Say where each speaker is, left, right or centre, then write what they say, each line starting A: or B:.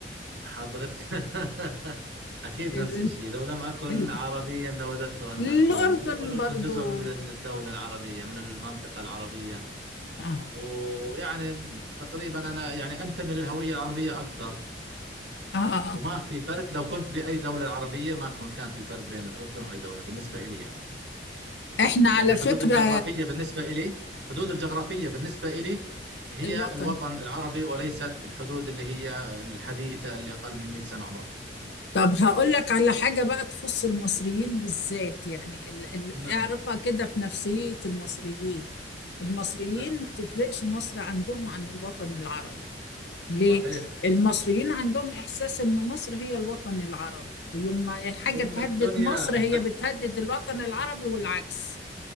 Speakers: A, on the right; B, on the left.
A: حضرت <laughs> أكيد
B: ال...
A: نفس الشيء لو لم أكن
B: ال...
A: عربيا لوددت أن
B: الأردن
A: أكون والأردن
B: برضو
A: جزء من الدولة العربية من المنطقة العربية
B: آه.
A: ويعني تقريبا أنا يعني أنتمي للهوية العربية أكثر
B: آه.
A: وما في فرق لو كنت بأي دولة عربية ما كن- كان في فرق بين الأردن وأي دولة بالنسبة إلي يعني
B: احنا على
A: يعني الحدود
B: فكرة
A: الجغرافية بالنسبة إلي الحدود الجغرافية بالنسبة إلي هي
B: الوطن
A: الوطن العربي وليست الحدود اللي هي الحديثة اللي أقل من 100 سنة عمرها
B: طب هقول لك على حاجة بقى تخص المصريين بالذات يعني ال- ال-
A: نعم
B: اعرفها كده في نفسية المصريين المصريين
A: نعم
B: ما تفرقش مصر عندهم عن الوطن العربي ليه؟
A: صحيح
B: المصريين عندهم إحساس إن مصر هي الوطن العربي ويوم ما حاجة
A: أم
B: تهدد
A: الدنيا
B: مصر هي بتهدد الوطن العربي والعكس